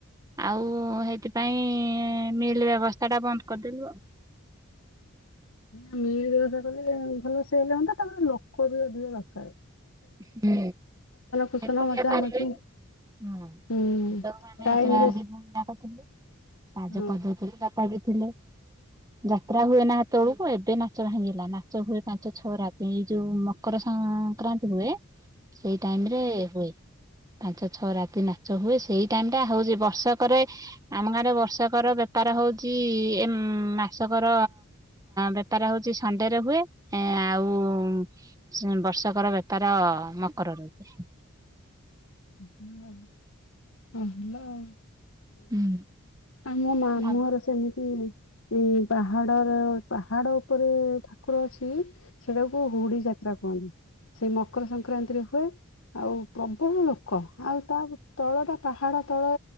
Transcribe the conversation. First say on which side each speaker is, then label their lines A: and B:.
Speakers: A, on the right; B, on the left.
A: ଆଉ ହେଥିପାଇଁ ମିଲ୍ ବ୍ୟବସ୍ଥା ଟା ବନ୍ଦ କରିଦେଲୁ ଆଉ।
B: ହୁଁ ମିଲ୍ ବ୍ୟବସ୍ଥା କଲେ ଏଁ ଭଲ ସେଲ୍ ହନ୍ତା ତା ପରେ ଲୋକ ବି ଅଧିକ ଦରକାରେ।
A: ହୁ
B: କୁସନ
A: ଏକୁଟିଆ
B: ମଜା
A: ପାରିବେ
B: ମଜି
A: ତ
B: ହୁଁ
A: ଆମେ
B: ଟାଇମରେ
A: ଚାରି ଭଉଣୀ ଯାଙ୍କ
B: ହଁ
A: ଥିଲୁ <inaudible> ଥିଲେ ଯାତ୍ରା ହୁଏ ନା ସେ ତେବେଳକୁ ଏବେ ଗୋଟେ ମାଛ ଭାଙ୍ଗିଗଲା ମାଛ ହୁଏ ପାଞ୍ଚ ଛଅ ରାତି ଏଇ ଯୋଉ ମକର ସଂକ୍ରାନ୍ତି ହୁଏ ସେଇ ଟାଇମ୍ ରେ ହୁଏ। ପାଞ୍ଚ ଛଅ ରାତି ନାଚ ହୁଏ। ସେଇ ଟାଇମ୍ ଟା ହଉଚି ବର୍ଷକରେ ଆମ ଗାଁରେ ବର୍ଷକର ବେପାର ହଉଚି ଇ -ଇ ମାସକର ବେପାର ହଉଚି ସଣ୍ଡେରେ ହୁଏ। ଆଉ ଉପରେ ଉପରେ ବର୍ଷକର ବେପ ତାର ମକର ରହୁଛି
B: ହୁଁ ହଁ ଭଲ ଆଉ
A: ହୁଏ।
B: ଆଉ ମୋ ମାମୁଁ
A: ଲାଭ
B: ଘର ସେମିତି ଉ ପାହାଡର ପାହାଡ ଉପରେ ଠାକୁର ଅଛି ସେଇଟାକୁ କ ହୁଡି ଯାତ୍ରା କୁହନ୍ତି। ସେଇ ମକର ସଂକ୍ରାନ୍ତିରେ ହୁଏ। ଆଉ ପ୍ରବଳ ଲୋକ କଣ ଆଉ ତା ତଳ ଟା ପାହାଡ ତଳ